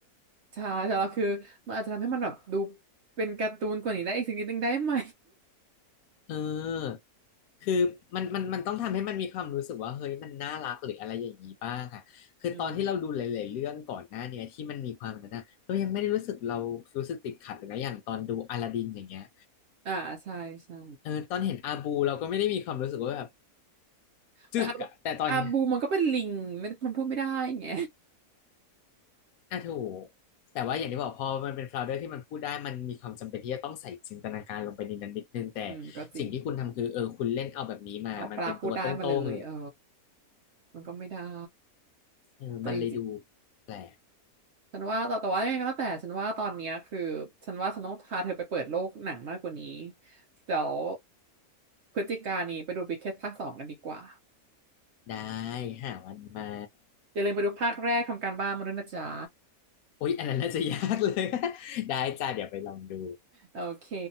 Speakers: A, on the right (about 65°); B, on the left (about 75°).
A: ใช่แต่เราคือมันอาจจะทำให้มันแบบดูเป็นการ์ตูนกว่านี้ได้อีกสักนิดนึงได้ไหม
B: เออคือมันมันมันต้องทำให้มันมีความรู้สึกว่าเฮ้ยมันน่ารักหรืออะไรอย่างนี้บ้างอ่ะคือตอนที่เราดูหลายๆเรื่องก่อนหน้าเนี้ยที่มันมีความแบบนั้นอ่ะเรายังไม่ได้รู้สึกเรารู้สึกติดขัดเลยนะอย่างตอนดูอลาดินอย่างเงี้ย
A: <laughs> อืมอ่าใช่ใช่
B: เออตอนเห็นอาบูเราก็ไม่ได้มีความรู้สึกว่าแบบ
A: แต่อาบูอาบูมันก็เป็นลิงไม่มันพูดไม่ได้ไง
B: จึกอ่ะแต่ตอนเนี้ยอ่ะถูกแต่ว่าอย่างที่บอกพอมันเป็นฟลาวเดอร์ที่มันพูดได้มันมีความจำเป็นที่จะต้องใส่จินตนาการลงไปในนั้นนิดนึงแต่
A: <laughs> อืมก็จริง
B: สิ่งที่คุณทำคือเออคุณเล่นเอาแบบนี้มามันเป็นตัวโต้งๆเลย
A: เอาปลาพูดได้มาเลยเออมันก็ไม่ได้
B: เออมันเลยดู
A: แต่จริง
B: แปลก
A: ๆฉันว่าแต่แต่ว่ายังไงก็แล้วแต่ฉันว่าตอนเนี้ยคือฉันว่าฉันต้องพาเธอไปเปิดโลกหนังมากกว่านี้เดี๋ยวพฤศจิกายนนี้ไปดูวิกเก็ตภาคสองกันดีกว่า
B: ได้หาวันมา
A: อย่าลืมไปดูภาคแรกทำการบ้านมาด้วยนะจ๊ะ
B: อุ๊ยอันนั้นน่าจะยากเลย <laughs> ได้จ้าเดี๋ยวไปลองดู
A: โอเค